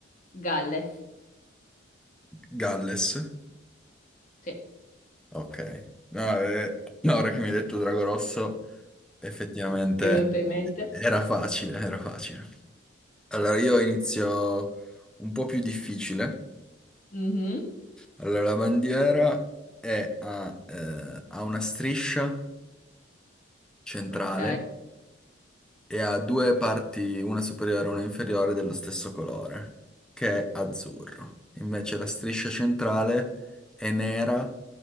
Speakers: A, on the left (about 40°); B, in the centre.
A: Galles.
B: Galles.
A: Sì,
B: Ok. No, eh, no, ora che mi hai detto Drago Rosso, effettivamente
A: ti è venuto in mente?
B: era facile, era facile. Allora io inizio un po' più difficile.
A: Mhm,
B: Allora, la bandiera è a, eh, ha una striscia centrale
A: Ok.
B: e ha due parti, una superiore e una inferiore, dello stesso colore, che è azzurro. Invece la striscia centrale è nera